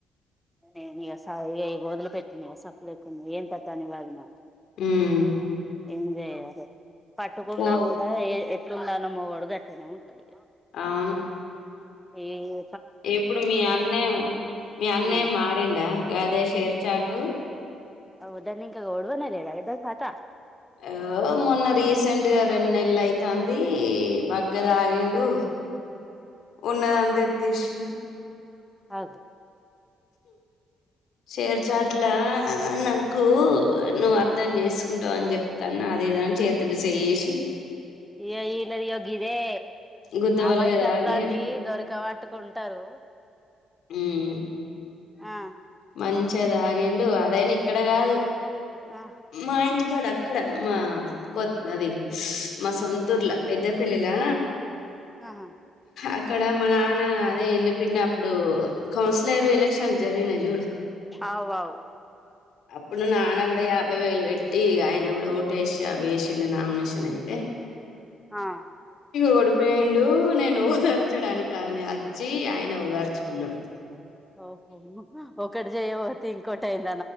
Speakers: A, in the centre; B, on the left.
A: నేను ఇగ సావ్ చేయబోదు సప్పిడిచేయక్ ఏం నియంత తని వారిన
B: హ్మ్
A: ఏంచాయాలో? పట్టుకున్నా
B: ఫోన్
A: కూడా, ఏ ఎట్లుందాన మగోడు గట్లనే ఉంటాడు.
B: అవును
A: ఏయో
B: ఇప్పుడు మీ అన్నయ్య, మీ అన్నే
A: ఆ
B: మారిండ గదే షేర్ చాట్.
A: అవుదాని ఇంకా ఓడ్వన లేదా కాతా.
B: ఆ ఓ మొన్న రీసెంట్గా రెండు నెల అయితాంది బగ్గ దాగిండు. ఉందంతా ఎత్తేసిండు.
A: ఆ
B: షేర్ చాట్లో ఆ నాకు నువ్వు అర్ధం చేసుకుంటావు అని చెప్తాన్నా. అదేదని చేతులు చేయేసి
A: ఇయో ఇలాది ఇగో గిదే.
B: గుద్దవలుగా
A: అమాయకత్వాన్ని
B: తాగి
A: దొరిక పట్టుకుంటారు.
B: మ్
A: ఆ
B: మంచిగా తాగిండు. అదైనా ఇక్కడ కాదు,
A: ఆ
B: మా ఇంటికాడ అక్కడ. మా కొత్ అది స్ మా సొంతూర్లో పెద్దపెళ్లిలా.
A: ఆహా
B: అక్కడ మా నాన్న అదే ఇండిపెండెంట్ అప్పుడు కౌన్సిల్. ఈసారి ఎలక్షన్లు జరిగినాయి చూడు.
A: ఆవ్ ఆవ్
B: ఇప్పుడు నాన్న కూడా యాభై వేలు పెట్టి, ఆయన కూడా ఓటేసి అవి వేసిండు నామినేషన్ అయితే
A: ఆ
B: ఓడిపోయిండు. ఇపుడు నేను ఓదార్చడానికి అని వచ్చి, ఆయన ఓదార్చుకున్నాడు.
A: ఓహో! ఒకటి చేయపోతే ఇంకోటి అయింది.